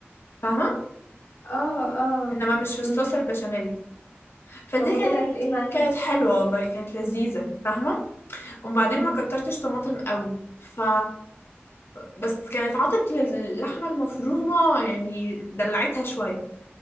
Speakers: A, on the left; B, on the left.
A: فاهمه
B: اه اه
A: انما مش في
B: امم
A: الصوص البشاميل فدي
B: طب وطلعت
A: كانت
B: ايه معاكي
A: كانت حلوه والله كانت لذيذه فاهمه وبعدين
B: امم
A: ما كترتش طماطم قوي ف بس كانت عطت للحمه المفرومه يعني دلعتها شويه